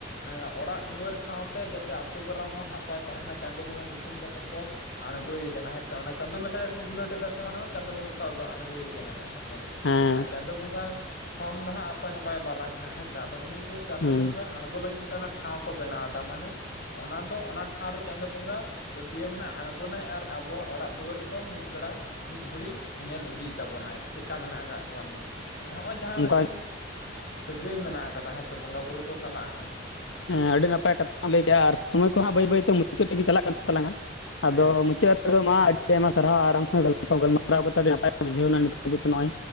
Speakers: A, on the left; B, on the left.
A: ᱮᱸ ᱚᱲᱟᱜ ᱫᱩᱣᱟᱹᱨ ᱥᱟᱶᱛᱮ ᱡᱟᱛᱮ ᱟᱛᱳ ᱜᱨᱟᱢ ᱦᱚᱸ ᱱᱟᱯᱟᱭ ᱛᱟᱦᱮᱱ ᱢᱟ ᱪᱟᱸᱫᱳ ᱵᱚᱸᱜᱟ ᱧᱩᱛᱩᱢ ᱠᱟᱛᱮᱜ ᱠᱚ ᱟᱬᱜᱳᱭᱮ ᱠᱟᱱᱟ ᱦᱮᱸᱥᱮ ᱚᱱᱟ ᱪᱟᱸᱫᱳ ᱞᱮᱠᱟ ᱜᱮᱠᱚ ᱜᱩᱞᱟᱹᱴ <unintelligible> ᱢᱟᱱᱮ ᱪᱟᱸᱫᱳ ᱵᱚᱸᱜᱟ ᱠᱚ ᱟᱹᱜᱩ ᱟᱬᱜᱩᱭᱮ ᱠᱟᱱᱟ ᱦᱮᱸ ᱦᱮᱸ ᱥᱮ
B: ᱦᱮᱸ
A: ᱟᱨ ᱪᱟᱸᱫᱳ ᱵᱚᱸᱜᱟ ᱠᱷᱚᱱ ᱫᱚ ᱦᱟᱸᱜ ᱚᱠᱚᱭ ᱦᱚᱸ ᱵᱟᱭ ᱢᱟᱨᱟᱝ ᱦᱟᱸᱜ ᱦᱮᱸᱥᱮ ᱟᱫᱚ ᱩᱱᱤ ᱜᱮ ᱪᱟᱸᱫᱳ
B: ᱦᱮᱸ
A: ᱵᱚᱸᱜᱟ ᱟᱬᱜᱚ ᱞᱟᱹᱜᱤᱫ ᱛᱮ ᱚᱱᱟ ᱴᱷᱟᱶ ᱠᱚ ᱵᱮᱱᱟᱣ ᱫᱟ ᱢᱟᱱᱮ ᱚᱱᱟ ᱫᱚ ᱚᱱᱟ ᱴᱷᱟᱶ ᱨᱮ ᱪᱟᱸᱫᱳ ᱵᱚᱸᱜᱟᱼᱼ ᱯᱟᱹᱛᱤᱭᱟᱹᱣ ᱢᱮᱱᱟᱜᱼᱟ ᱟᱬᱜᱚᱱᱟᱭ ᱟᱨ ᱟᱵᱚᱣᱟᱜ ᱚᱲᱟᱜ ᱫᱩᱣᱟᱹᱨ ᱠᱚ ᱢᱤᱫ ᱵᱮᱲᱟ ᱢᱤᱫ ᱜᱷᱩᱲᱤ ᱧᱮᱞ ᱤᱫᱤ ᱛᱟᱵᱚᱱᱟᱭ ᱪᱮᱜᱠᱟ ᱢᱮᱱᱟᱜ ᱠᱟᱜ ᱠᱚᱣᱟ ᱱᱩᱠᱩ ᱦᱮᱸᱥᱮ ᱦᱚᱜᱼᱚᱭ ᱡᱟᱦᱟᱸ ᱢᱮᱜᱴᱮᱱ
B: ᱚᱱᱠᱟ
A: ᱥᱟᱹᱜᱟᱹᱭ ᱢᱮᱱᱟᱜ ᱟᱠᱟᱫᱟ ᱦᱮᱸ ᱥᱮ ᱵᱚᱸᱜᱟ ᱵᱩᱨᱩ ᱠᱚ ᱥᱟᱞᱟᱜ ᱦᱚᱸ
B: ᱦᱮᱸ ᱟᱹᱰᱤ ᱱᱟᱯᱟᱭ ᱠᱟᱛᱷᱟᱢ ᱞᱟᱹᱭ ᱠᱮᱜᱼᱟ ᱟᱨ ᱥᱚᱢᱚᱭ ᱠᱚ ᱦᱟᱸᱜ ᱵᱟᱹᱭ ᱵᱟᱹᱭᱛᱮ ᱢᱩᱪᱟᱹᱫ ᱥᱮᱜ ᱜᱮ ᱪᱟᱞᱟᱜ ᱠᱟᱱ ᱛᱟᱞᱟᱝᱼᱟ ᱟᱫᱚ
A: ᱦᱮᱸ
B: ᱢᱩᱪᱟᱹᱫᱼᱼ ᱢᱩᱪᱟᱹᱫ ᱨᱮ ᱢᱟ ᱟᱹᱰᱤ ᱟᱭᱢᱟ ᱥᱟᱨᱦᱟᱣ ᱟᱨ ᱟᱢ ᱥᱟᱶᱜᱟᱞᱯᱚ ᱜᱟᱞᱢᱟᱨᱟᱣ ᱠᱟᱛᱮ ᱟᱹᱰᱤ ᱱᱟᱯᱟᱭ ᱧᱚᱜ ᱵᱩᱡᱷᱟᱹᱣ ᱱᱟ ᱱᱤᱛ ᱦᱟᱹᱵᱤᱡ ᱛᱮ ᱱᱚᱜᱼᱚᱭ